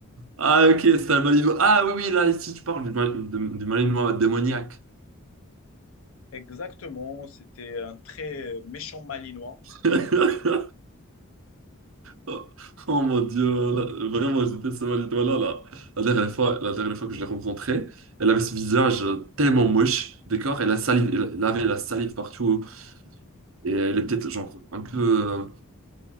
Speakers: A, on the right (about 65°); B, on the left (about 65°).
A: Ah ok, c'est un malinois. Ah oui, oui, là, ici tu parles du, mal- de- du malinois démoniaque.
B: exactement. C'était un très euh, méchant Malinois.
A: <laughs> Oh oh mon Dieu, là, vraiment, j'étais ce cette étoile-là, là. La dernière fois, la dernière fois que je l'ai rencontrée, elle avait ce visage euh, tellement moche, d'accord? Elle a salive, elle elle avait la salive partout, et elle est peut-être, genre, un peu, euh,